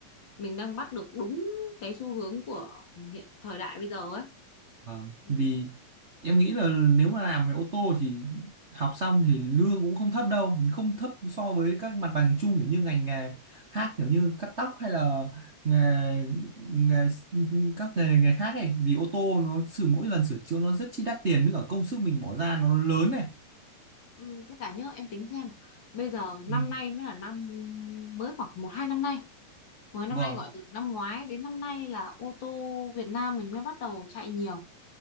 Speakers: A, on the left; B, on the right.
A: mình đang bắt được đúng cái xu hướng của hiện thời đại bây giờ ấy
B: vâng.
A: Thì,
B: vì em nghĩ là nếu mà làm về ô tô thì học xong thì lương cũng không thấp đâu không thấp so với các mặt bằng chung kiểu như ngành nghề khác kiểu như cắt tóc hay là nghề, nghề các nghề, nghề khác ấy vì ô tô nó sửa mỗi lần sửa chữa nó rất chi đắt tiền với cả công sức mình bỏ ra nó lớn này
A: ừ, với cả nhớ em tính xem bây giờ năm
B: Ừ,
A: nay mới là năm mới khoảng một hai năm nay mới năm
B: vâng
A: nay gọi từ năm ngoái đến năm nay là ô tô Việt Nam mình mới bắt đầu chạy nhiều